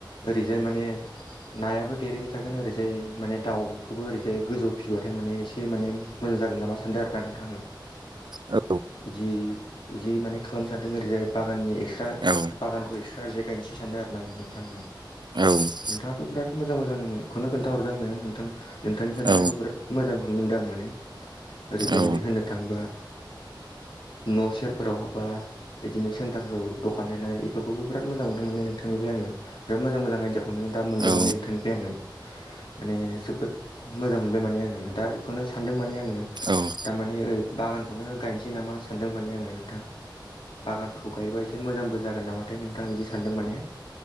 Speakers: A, on the left; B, on the right.
A: ओरैजाय माने नायाबो देरहबाय थागोन ओरैजाय माने दाउखौबो ओरैजाय गोजौ फिसिबाथाय माने एसे माने मोजांनामा सानदों आरो नथां ओ
B: औ
A: बिदि इदि माने खालामनो सानदों ओरैजाय बागाननि एक्सट्रा
B: औ
A: बागानखौ एक्सट्रा ओरैजाय गायनोसै सानदों आरो ना नोंथांनो
B: औ
A: नोंथाङाथ' बिराथ मोजां मोजांखौनो खोन्थाहरदों आंनो नोंथां नोंथांनि खोनन्थानायखौ
B: औ
A: बिराद मोजांखौनो मोनदों आं माने ओरैजाय
B: औ
A: होनो थाङोबा न' सेरफोराव हाबा बिदिनो सेन्टारफोराव दखान होनाय बेफोरखौबो बिराद मोजां मोनदों माने नोंथांनिफ्राय आङो बिराद मोजां मोजां आयदाखौ दा मोनबाय
B: औ
A: माने नोंथांनिफ्राय आङो माने जोबोद मोजां मोनबाय माने आङो दा बेखौनो सानदों माने आङो
B: औ
A: थारमाने ओै बागानखौनो गायनोसै नामा सानदों माने आङो नोंथां बागानखौ गायोबा एसे मोजांबो जागोन नामाथाय नोंथां बिदि सानदों माने